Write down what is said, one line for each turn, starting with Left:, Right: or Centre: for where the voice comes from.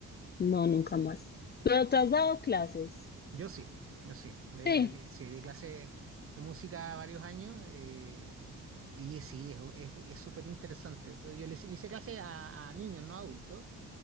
Left: No, nunca más. ¿Pero ¿te has dado clases?
Right: Yo sí, yo sí. De-
Left: Sí,
Right: de- sí, di clase de música varios años eh, y sí, es es súper interesante. yo le, hice le hice clase a, a niños, no a adultos.